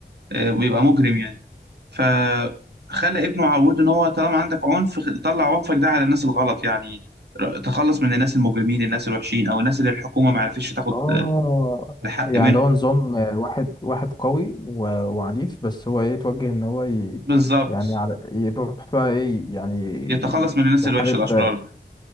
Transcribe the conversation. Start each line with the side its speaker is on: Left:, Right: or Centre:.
Right: آه، بيبقى مجرم يعني فخلى ابنه عوده ان هو طالما عندك عنف طلع عنفك ده على الناس الغلط يعني ر- تخلص من الناس المجرمين الناس الوحشين او الناس اللي الحكومه ما عرفتش تاخد
Left: اه
Right: آه، الحق
Left: يعني
Right: منهم
Left: اللي هو نظام آه، واحد واحد قوي و- وعنيف بس هو ايه يتوجه ان هو ي...
Right: بالظبط
Left: يعني على... يروح بقى ايه يعني
Right: يتخلص من الناس
Left: يحارب
Right: الوحشه الاشرار بقى